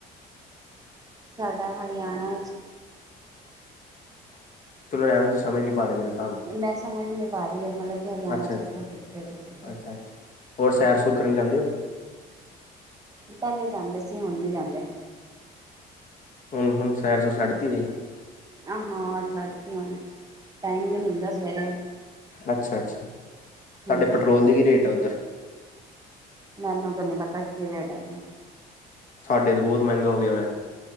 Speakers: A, on the right; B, on the left.
A: ਸਾਡਾ ਹਰਿਆਣਾ ਚ
B: ਚਲੋ ਰਹਿਣ ਦੋ, ਤੁਸੀ ਸਮਝ ਨਹੀਂ ਪਾ ਰਹੇ ਮੇਰਾ ਸ
A: ਮੈਂ ਸਮਝ ਨਹੀਂ ਪਾ ਰਹੀ, ਮਤਲਬ ਕਿ ਹਰਿਆਣਾ
B: ਅੱਛਾ
A: ਚ
B: ਅੱਛਾ
A: ਕਿੱਥੇ ਪੁੱਛਿਆ ਤੁਸੀਂ?
B: ਅੱਛਾ ਅੱਛਾ ਹੋਰ, ਸੈਰ-ਸੂਰ ਕਰਨ ਜਾਂਦੇ ਓ?
A: ਪਹਿਲੇ ਜਾਂਦੇ ਸੀ, ਹੁਣ ਨੀ ਜਾਂਦੇ।
B: ਹੁਣ-ਹੁਣ, ਸੈਰ-ਸੂਰ ਛੱਡਤੀ ਹੋਈ ਏ।
A: ਆਹ ਹਾਂ, ਛੱਡ ਤੀ ਹੁਣ, ਟਾਈਮ ਨੀ ਮਿਲਦਾ ਸਵੇਰੇ।
B: ਅੱਛਾ-ਅੱਛਾ, ਤਾਡੇ
A: ਹੂੰ
B: ਪੈਟਰੋਲ ਦੇ ਕੀ ਰੇਟ ਆ, ਉੱਧਰ?
A: ਮੈਨੂੰ ਤਾਂ ਨੀ ਪਤਾ, ਕੀ ਰੇਟ ਹੈਗੇ ਐ।
B: ਸਾਡੇ ਤੇ ਬਹੁਤ ਮਹਿੰਗਾ ਹੋ ਗਿਆ ਹੋਯਾ।